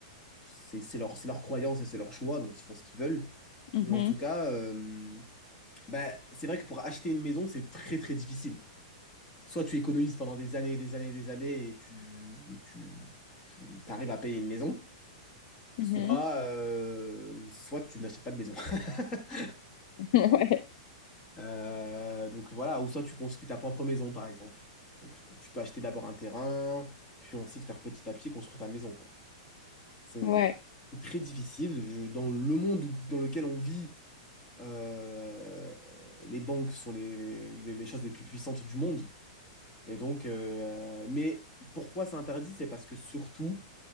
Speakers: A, on the left; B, on the left.
A: c'est c'est leur, c'est leur croyance et c'est leur choix, donc ils font ce qu'ils veulent.
B: mhm,
A: Mais en tout cas, euh, bah, c'est vrai que pour acheter une maison, c'est très très difficile. Soit tu économises pendant des années et des années et des années et tu, et tu, tu arrives à payer une maison,
B: mhm.
A: soit, euh, soit tu n'achètes pas de maison. <laughs>
B: <laughs> Ouais,
A: Euh, donc voilà, ou soit tu construis ta propre maison, par exemple. Donc tu peux acheter d'abord un terrain, puis ensuite faire petit à petit construire ta maison, quoi. C'est
B: ouais,
A: très difficile. Je- dans le monde où- dans lequel on vit, Euh, les banques sont les, les, les choses les plus puissantes du monde. Et donc, euh, mais pourquoi c'est interdit? C'est parce que surtout,